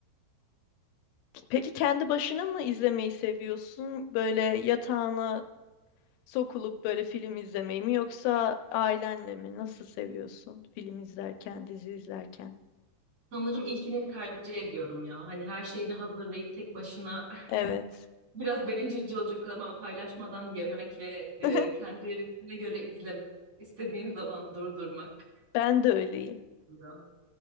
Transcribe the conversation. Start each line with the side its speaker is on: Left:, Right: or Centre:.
Left: Peki kendi başına mı izlemeyi seviyorsun? Böyle yatağına sokulup böyle film izlemeyi mi yoksa ailenle mi? Nasıl seviyorsun film izlerken, dizi izlerken?
Right: Sanırım ilkini tercih ediyorum ya. Hani her şeyini hazırlayıp tek başına <laughs>
Left: Evet.
Right: biraz bencilce olacak ama paylaşmadan yemek ve e,
Left: <laughs>
Right: kendi ritmine göre izlemek. istediğin zaman durdurmak.
Left: Ben de öyleyim.
Right: diyor.